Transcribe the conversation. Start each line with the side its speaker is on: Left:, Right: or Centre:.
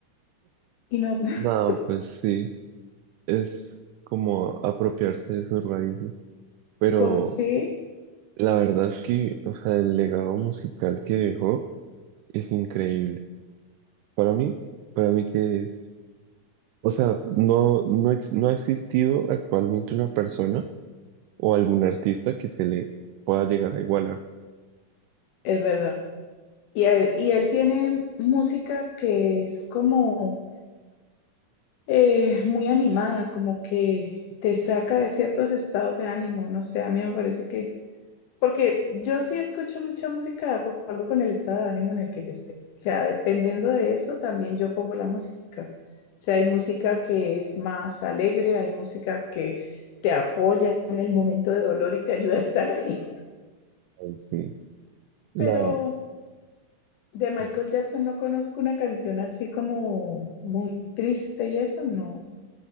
Left: Y no, <laughs>
Right: Nada, pues sí. Es como apropiarse de sus raíces. Pero
Left: como, sí,
Right: la verdad es que, o sea, el legado musical que dejó es increíble. Para mí, para mí que es. O sea, no, no, ex- no ha existido actualmente una persona o algún artista que se le pueda llegar a igualar.
Left: es verdad. Y él, y él tiene música que es como eh, muy animada, como que te saca de ciertos estados de ánimo. No sé, a mí me parece Porque yo sí escucho mucha música de acuerdo con el estado de ánimo en el que yo esté. O sea, dependiendo de eso, también yo pongo la música. O sea, hay música que es más alegre, hay música que te apoya en el momento de dolor y te ayuda a estar ahí.
Right: Ay, sí,
Left: <laughs>
Right: la,
Left: Pero de Michael
Right: sí.
Left: Jackson no conozco una canción así como muy triste y eso, no.